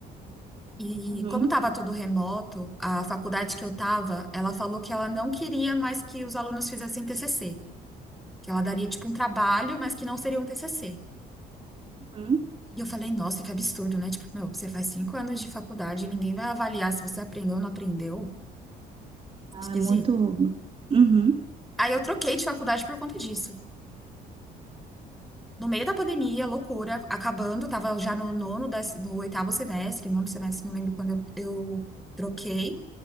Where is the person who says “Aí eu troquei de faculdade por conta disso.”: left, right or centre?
Centre